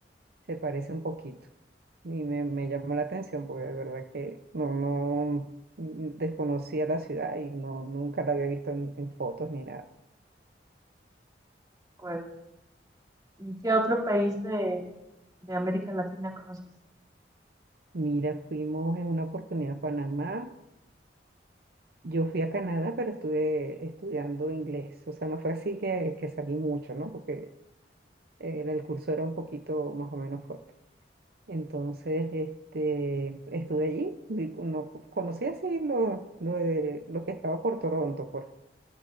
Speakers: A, on the right; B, on the right.
A: se parece un poquito. Y me, me llamó la atención porque de verdad que no, no mm, desconocía la ciudad y no, nunca la había visto en, en fotos ni nada.
B: Pues, ¿y qué otro país de, de América Latina conoces?
A: Mira, fuimos en una oportunidad a Panamá Yo fui a Canadá, pero estuve estudiando inglés. O sea, no fue así que, que salí mucho, ¿no? Porque eh, el curso era un poquito más o menos fuerte. Entonces, este, estuve allí. vi- No, conocí así lo, lo, de- lo que estaba por Toronto, por,